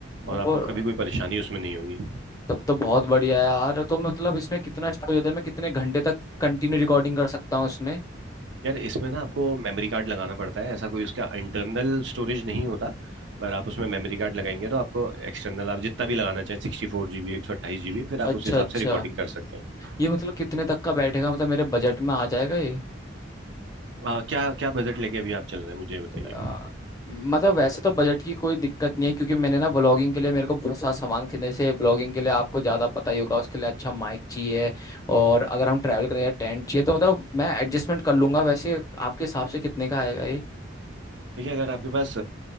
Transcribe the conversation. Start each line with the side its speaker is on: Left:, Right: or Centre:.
Left: और
Right: और आपको कभी कोई परेशानी उसमें नहीं होगी
Left: तब तो बहुत बढ़िया है यार तो मतलब इसमें कितना स्टोरेज होता है मैं कितने घंटे तक कंटिन्यू रिकॉर्डिंग कर सकता हूँ इसमें
Right: यार इसमें ना आपको मेमोरी कार्ड लगाना पड़ता है ऐसा कोई उसका इंटरनल स्टोरेज नहीं होता पर आप उसमें मेमोरी कार्ड लगाएंगे तो आपको एक्सटर्नल आप जितना भी लगाना चाहें सिक्सटी फोर जीबी एक सौ अट्ठाईस जीबी फिर आप
Left: अच्छा
Right: उस हिसाब
Left: अच्छा
Right: से रिकॉर्डिंग कर सकते हो
Left: ये मतलब कितने तक का बैठेगा मतलब मेरे बजट में आ जाएगा ये
Right: आ, क्या क्या बजट लेके अभी आप चल रहे हैं मुझे ये बताइए
Left: अ, मतलब वैसे तो बजट की कोई दिक्कत नहीं है क्योंकि मैंने ना ब्लॉगिंग के लिए मेरे को बहुत सारा सामान खरीदने से ब्लॉगिंग के लिए आपको ज़्यादा पता ही होगा उसके लिए अच्छा माइक चाहिए और अगर हम ट्रैवल करने टेंट चाहिए तो मतलब मैं एडजस्टमेंट कर लूंगा वैसे आपके हिसाब से कितने का आएगा ये
Right: देखिए अगर आपके पास